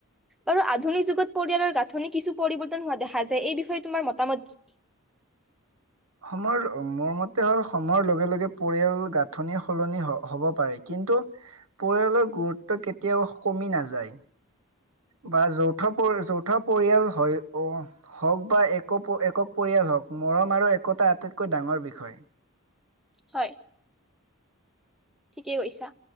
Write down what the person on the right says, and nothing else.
সময়ৰ মোৰ মতে হ'ল সময়ৰ লগে লগে পৰিয়াল গাঁথনি সলনি হ হব পাৰে কিন্তু পৰিয়ালৰ গুৰুত্ব কেতিয়াও কমি নাযায়। বা যৌথ পৰি যৌথ পৰিয়াল হয় অ হওক বা এক প একক পৰিয়াল হওক, মৰম আৰু একতা আটাইতকৈ ডাঙৰ বিষয়।